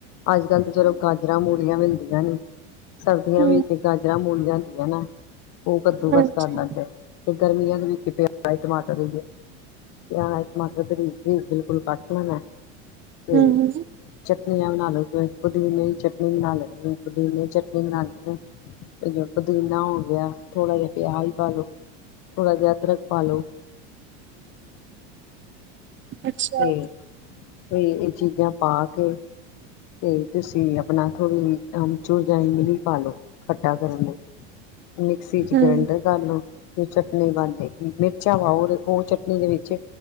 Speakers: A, on the left; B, on the right.
A: ਅੱਜ ਕੱਲ ਤੇ ਚਲੋ ਗਾਜਰਾਂ ਤੇ ਮੂਲਿਆਂ ਮੂਲਿਆਂ ਮਿਲਦੀਆਂ ਨੇ। ਸਰਦੀਆਂ
B: ਹਮ
A: ਵਿੱਚ ਗਾਜਰਾਂ ਮੂਲਿਆਂ ਲਿਆਂਦੀਆਂ ਨੇ, ਯਾ ਉਹ ਕੱਦੂਕਸ
B: ਹਾਂਜੀ
A: ਕਰ ਲੈਂਦੇ, ਤੇ ਗਰਮੀਆਂ ਦੇ ਵਿੱਚ ਕਿ ਪਿਆ ਟਬਈ ਟਮਾਟਰ ਵੀ ਐ, ਟਮਾਟਰ ਤੇ ਬਿਲਕੁਲ ਘੱਟ ਲੈਣਾ ਹੈ। ਤੇ
B: ਹਮ
A: ਚਟਨੀਆਂ ਬਣਾ ਲੋ ਪੁਦੀਨੇ ਦੀ ਚੱਟਨੀ ਦਹੀ ਨਾਲ ਔ ਵੀ ਪੁਦੀਨੇ ਦੀ ਚਟਨੀ ਬਨਾਨੀ ਏ ਇੱਕ ਪੁਦੀਨਾ ਹੋ ਗਿਆ ਥੋੜਾ ਜਿਹਾ ਪਿਆਜ ਵੀ ਪਾ ਦਿਓ ਥੋੜਾ ਜਿਹਾ ਅਦਰਕ। ਪਾ ਲਓ
B: ਅੱਛਾ
A: ਤੇ ਤੇ ਇਹ ਚੀਜਾਂ ਪਾ ਕੇ ਤੇ ਤੁਸੀ ਅਪਨਾ ਥੋੜ੍ਹੀ ਅਮਚੂਰ ਜਾਂ ਇਮਲੀ ਪਾ ਲਓ ਖੱਟਾ ਕਰਨ ਲਈ। ਮਿਕਸੀ ਚ
B: ਹਮ
A: ਗ੍ਰੈਂਡਰ ਕਰ ਲਓ ਤੇ ਚਟਨੀ ਬਣ ਜਾਏਗੀ ਮਿਰਚਾਂ ਪਾਓ ਤੇ ਉਹ ਚਟਨੀ ਦੇ ਵਿੱਚ।